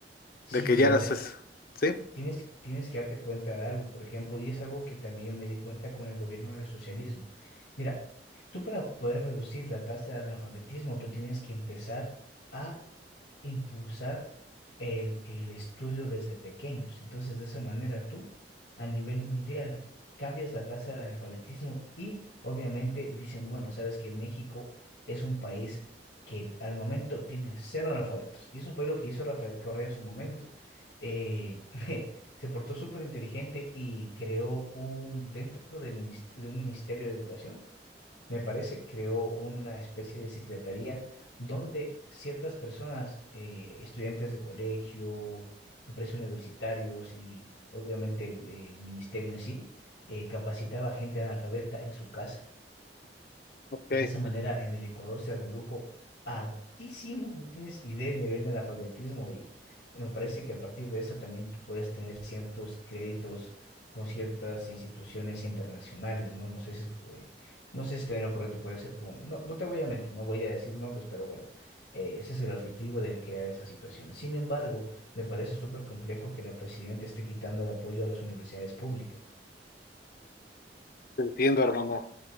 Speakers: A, on the left (about 80°); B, on the left (about 55°).
A: Sí,
B: de que
A: pero
B: ya las
A: mira
B: es- ¿sí?
A: Tienes, tienes que darte cuenta de algo, por ejemplo, y es algo que también yo me di cuenta con el gobierno del socialismo. Mira, tú para poder reducir la tasa de analfabetismo, tú tienes que empezar a impulsar el, el estudio desde pequeños. Entonces, de esa manera tú, a nivel mundial, cambias la tasa de analfabetismo y obviamente dicen, bueno, sabes que México es un país que al momento tiene cero analfabetos. Y eso fue lo que hizo Rafael Correa en su momento. Eh, se portó súper inteligente y creó un, dentro del minist- de un ministerio de educación, me parece, creó una especie de secretaría donde ciertas personas, eh, estudiantes de colegio, me parece universitarios y obviamente el, eh, ministerio en sí, eh, capacitaba gente analfabeta en su casa
B: Ok,
A: de esa manera,
B: te
A: en el Ecuador se redujo hartísimo, no tienes idea del nivel de analfabetismo y me parece que a partir de eso también tú puedes tener ciertos créditos con ciertas instituciones internacionales, ¿no? No sé si, es co- eh, no sé si estoy en lo correcto, puede ser con... No, no te voy a mentir, no voy a decir nombres, pero bueno, eh, ese es el objetivo de crear esa situación. Sin embargo, me parece súper complejo que la presidenta esté quitando el apoyo a las universidades públicas.
B: entiendo, hermano.